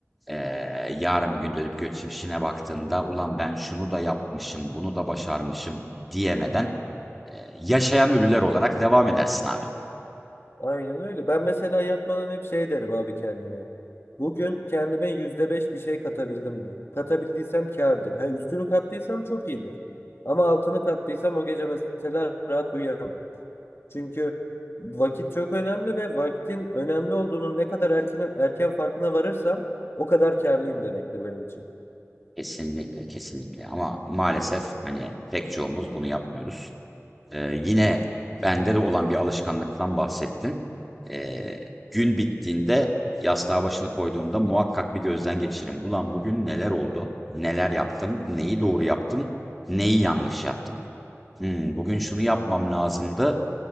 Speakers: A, in the centre; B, on the left.
A: Eee, yarın bir gün dönüp geçmişine baktığında ulan ben şunu da yapmışım, bunu da başarmışım diyemeden eee, yaşayan ölüler olarak devam edersin abi.
B: Aynen öyle. Ben mesela yatmadan hep şey derim abi kendime. Bugün kendime %5 bir şey katabildim mi? Katabildiysem kârdır. Ha, üstünü kattıysam çok iyidir. Ama altını kattıysam o gece mesela rahat uyuyamam. Çünkü vakit çok önemli ve vaktin önemli olduğunun ne kadar erken, erken farkına varırsam o kadar kârlıyım demektir benim için.
A: Kesinlikle, kesinlikle. Ama maalesef hani pek çoğumuz bunu yapmıyoruz. Eee, yine bende
B: Hı hı,
A: de olan bir alışkanlıktan bahsettin. Eee, gün bittiğinde yastığa başını koyduğumda muhakkak bir gözden geçiririm. Ulan bugün neler oldu? Neler yaptım? Neyi doğru yaptım? Neyi yanlış yaptım? Hmm, bugün şunu yapmam lazımdı,